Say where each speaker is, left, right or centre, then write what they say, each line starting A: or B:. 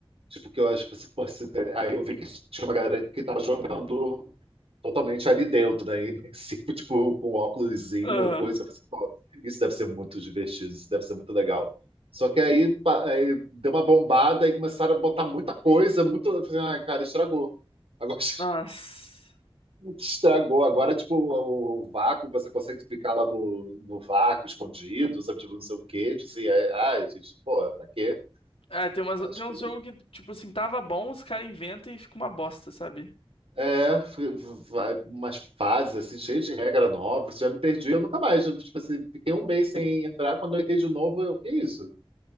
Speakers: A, on the right (about 85°); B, on the left (about 80°).
A: Tipo, que eu acho que assim, pô, aí eu vi que tinha uma galera que estava jogando totalmente ali dentro, né? Imersivo, <laughs> tipo, com óculosinho,
B: Aham.
A: a coisa. Eu pensei, pô, isso deve ser muito divertido, isso deve ser muito legal. Só que aí, pa- aí deu uma bombada e começaram a botar muita coisa, muito. Eu falei, ai, cara, estragou. Agora <laughs>
B: Nossa.
A: estragou. Agora, tipo, o, o vácuo, você consegue ficar lá no, no vácuo, escondido, sabe? Tipo, não sei o quê. Tipo assim, ai, ai, gente, pô, pra quê?
B: Ah, tem umas,
A: Mas
B: tem
A: coisa
B: uns jogos que, tipo assim, tava bom, os caras inventam e fica uma bosta, sabe?
A: É, fui- vai- umas fases assim, cheias de regra nova, você já me perdi, eu nunca mais. eu, Tipo assim, fiquei um mês sem entrar, quando eu entrei de novo, eu, que isso?